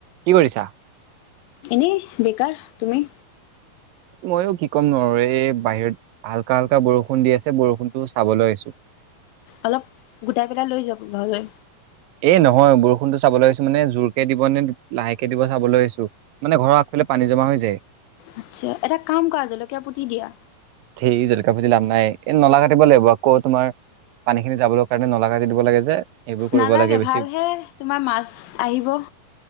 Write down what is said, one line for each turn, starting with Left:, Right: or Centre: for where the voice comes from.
Right: কি কৰিছা?
Left: এনেই বেকাৰ, তুমি?
Right: ময়ো কি ক'ম নো আৰু এই বাহিৰত হাল্কা হাল্কা বৰষুণ দি আছে বৰষুণতো চাবলৈ আহিছো।
Left: অলপ গোটাই পেলাই লৈ যাওক ঘৰলৈ।
Right: এই নহয় বৰষুণতো চাবলৈ আহিছো মানে জোৰকে দিব নে লাহেকে দিব চাবলৈ আহিছো। মানে ঘৰৰ আগফালে পানী জমা হৈ যায়।
Left: আচ্ছা। এটা কাম কৰা জলকীয়া পুতি দিয়া।
Right: ধেই জলকাীয়া পুতি লাভ নাই, এই নলা কাটিব লাগিব আকৌ তোমাৰ পানীখিনি যাবলৈ কাৰণে নলা কাটি দিব লাগে যে। সেইবোৰ কৰিব
Left: নালাগে
Right: লাগে বেছি।
Left: ভালহে তোমাৰ মাছ আহিব।